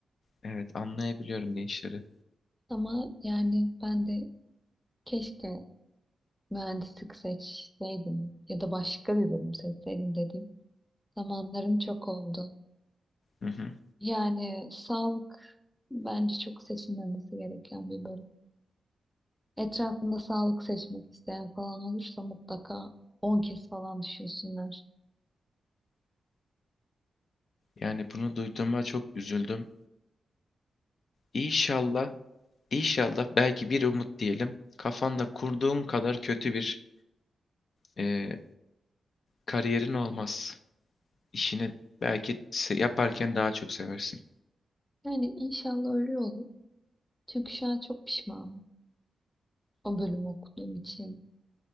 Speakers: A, on the left (about 60°); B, in the centre.
A: Evet anlayabiliyorum gençleri.
B: Ama yani ben de keşke mühendislik seçseydim ya da başka bir bölüm seçseydim dediğim zamanlarım çok oldu.
A: Hı hı.
B: Yani sağlık bence çok seçilmemesi gereken bir bölüm. Etrafında sağlık seçmek isteyen falan olursa mutlaka 10 kez falan düşünsünler.
A: Yani bunu duyduğuma çok üzüldüm. İnşallah, inşallah belki bir umut diyelim. Kafanda kurduğun kadar kötü bir e, kariyerin olmaz. İşini belki se- yaparken daha çok seversin.
B: Yani inşallah öyle olur. Çünkü şu an çok pişmanım o bölümü okuduğum için.